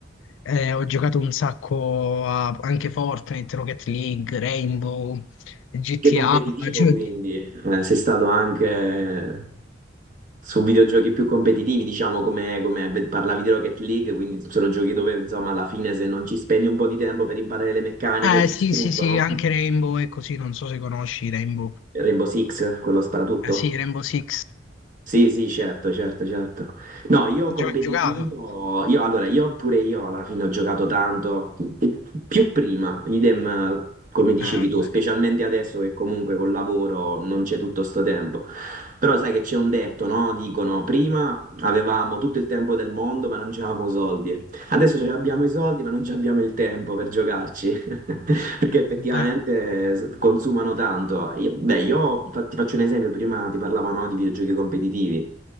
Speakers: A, on the left (about 75°); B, on the right (about 45°).
A: eh, ho giocato un sacco a anche Fortnite, Rocket League, Rainbow, GTA,
B: Che competitivo,
A: cioè,
B: quindi eh, sei stato anche su videogiochi più competitivi, diciamo, come, come beh, parlavi di Rocket League, quindi sono giochi dove, insomma, alla fine se non ci spendi un po' di tempo per imparare le meccaniche
A: eh
B: ti
A: sì
B: distruggono.
A: sì sì, anche Rainbow e così, non so se conosci Rainbow.
B: Rainbow Six, quello sparatutto?
A: Eh sì, Rainbow Six
B: Sì, sì, certo, certo, certo. No, io competitivo,
A: Gio- giocato.
B: io allora, io pure io alla fine ho giocato tanto, più prima, idem come dicevi
A: Eh,
B: tu,
A: beh,
B: specialmente adesso che comunque col lavoro non c'è tutto sto tempo. Però sai che c'è un detto, no? Dicono, prima avevamo tutto il tempo del mondo, ma non c'avevamo soldi. Adesso ce abbiamo i soldi, ma non ci abbiamo il tempo per giocarci, <laughs> perché effettivamente
A: è vero.
B: s- consumano tanto. Io- beh, io fa- ti faccio un esempio, prima ti parlavo, no, di videogiochi competitivi.